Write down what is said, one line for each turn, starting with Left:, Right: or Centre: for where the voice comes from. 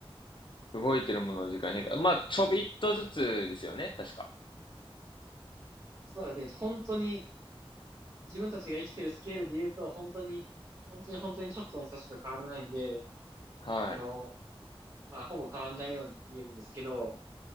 Left: 動いてるものの時間変化。まあ、ちょびっとずつですよね、確か。
Right: そうですね。本当に自分たちが生きてるスケールで言うと、本当に、本当に本当にちょっとの差しか変わらないんで、
Left: はい。
Right: あの、まあ、ほぼ変わらないように見えるんですけど、